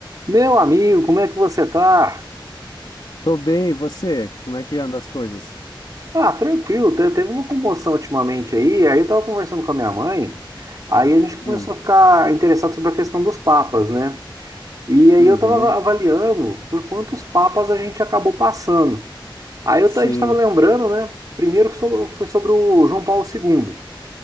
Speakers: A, on the right; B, on the left.
A: Meu amigo, como é que você tá?
B: Tô bem, e você? Como é que anda as coisas?
A: Ah, tranquilo, te- teve uma comoção ultimamente aí, aí eu tava conversando com a minha mãe, aí a gente começou
B: Hum,
A: a ficar interessado sobre a questão dos papas, né? E aí
B: uhum,
A: eu tava ava- avaliando por quantos papas a gente acabou passando. Aí eu,
B: sim,
A: ta- a gente estava lembrando, né? Primeiro so- foi sobre o João Paulo II.